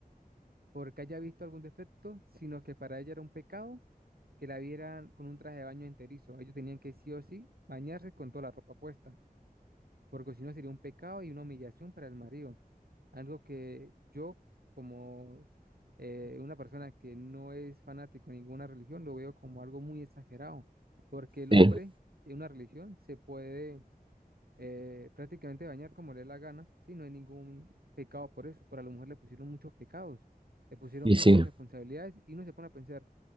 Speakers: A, on the right; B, on the right.
A: porque haya visto algún defecto, sino que para ella era un pecado que la vieran con un traje de baño enterizo. Ellos tenían que sí o sí bañarse con toda la ropa puesta. porque si no sería un pecado y una humillación para el marido. Algo que yo, como eh, una persona que no es fanático de ninguna religión, lo veo como algo muy exagerado, porque el
B: sí,
A: hombre en una religión se puede eh, prácticamente bañar como le dé la gana, si no hay ningún pecado por eso. Pero a la mujer le pusieron muchos pecados, le pusieron
B: y sí.
A: muchas responsabilidades y uno se pone a pensar.